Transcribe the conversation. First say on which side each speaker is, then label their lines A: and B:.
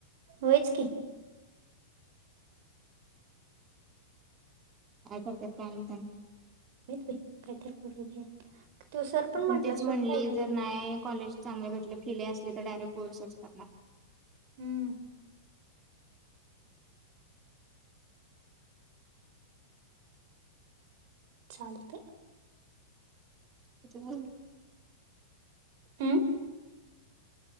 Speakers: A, on the right; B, on the right.
A: होयच की
B: काय करतेय काय माहित आता
A: व इतर काहीतरी करू दे. तो सर
B: ती पण
A: म्हटला
B: तेच
A: सोड
B: म्हणली
A: पोरींनो
B: जर नाही. कॉलेज चांगले भेटले फिले असली तर डायरेक्ट कोर्सच करणार. ह
A: हम्म चालतंय.
B: त्याच्यामुळे
A: हम